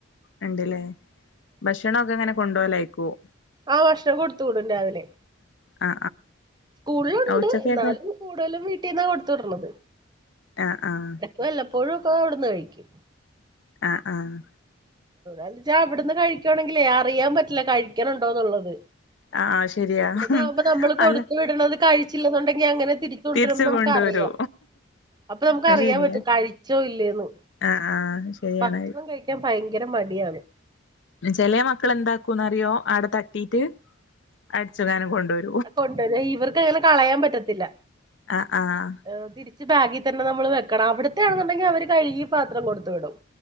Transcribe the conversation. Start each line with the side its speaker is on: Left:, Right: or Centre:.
Left: ഉണ്ടില്ലേ ഭക്ഷണൊക്കെ അങ്ങനെ കൊണ്ടുപോലായിക്കുവോ?
Right: ആഹ് ഭക്ഷണം കൊടുത്തുകൂടും രാവിലെ
Left: ആ
Right: സ്കൂളിലുണ്ട്
Left: ആ ഉച്ചക്കൊക്കെ
Right: എന്നാലും. കൂടുതലും വീട്ടീന്ന കൊടുത്ത വിടരണത്.
Left: ആഹ് ആഹ്
Right: വല്ലപ്പോയും ക്കെ അവിടുന്ന് കഴിക്കും.
Left: ആഹ് ആഹ്
Right: എന്ത്ച്ചാ അവിടുന്ന് കഴിക്കണെങ്കിലേ അറിയാൻ പറ്റില്ല കഴിക്കണുണ്ടോന്നുള്ളത്.
Left: ആ ആ ശരിയാ
Right: ഇവിടന്ന ആകുമ്പോ നമ്മള് കൊടുത്തു
Left: അല്ല
Right: വിടണത് കഴിച്ചില്ലെന്നുണ്ടെങ്കി അങ്ങനെ തിരി തിരിച്ചു കൊണ്ടരുമ്പോ
Left: തിരിച്ച്
Right: നമുക്ക്
Left: കൊണ്ടുവരോ
Right: അറിയ. അപ്പൊ നമുക്ക്
Left: അത്
Right: അറിയാൻ
Left: ശരിയാ
Right: പറ്റും കഴിച്ചോ ഇല്ലേന്ന്
Left: ആ ആ ശരിയാണ്
Right: ഭക്ഷണം കഴിക്കാൻ ഭയങ്കര മടിയാണ്.
Left: ചെല മക്കൾ എന്താക്കുംന്ന്റിയോ അടെ തട്ടിട്ട് അടച്ചു കാനം കൊണ്ടപരും.
Right: കൊണ്ടുവ ഇവർക്ക് അങ്ങനെ കളയാൻ പറ്റത്തില്ല
Left: ആഹ് ആഹ്
Right: ഏഹ് തിരി ബാഗിൽ തന്ന നമ്മൾ വെക്കണം അവിടത്ത ആണെന്നുണ്ടെങ്കിൽ അവര് കഴുകി പാത്രം കൊടുത്തു വിടും.